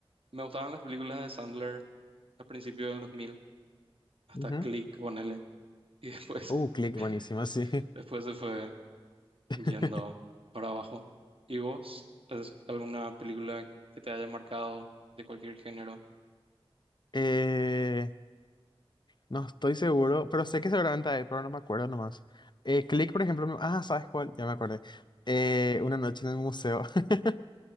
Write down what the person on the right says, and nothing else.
me gustaban las películas de Sandler a principios del 2000, hasta
Click, ponele. Y después,
<laughs>
después se fue
yendo para abajo. ¿Y vos? ¿Es alguna película que te haya marcado de cualquier género?